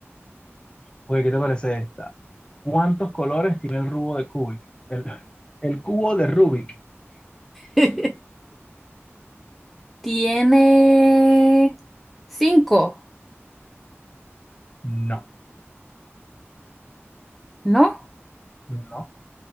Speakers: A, on the left (about 20°); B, in the centre.
A: Oye, ¿qué te parece esta? ¿Cuántos colores tiene el cubo de Kubik? El, el cubo de Rubik.
B: <laughs> Tiene cinco,
A: No,
B: ¿no?
A: no.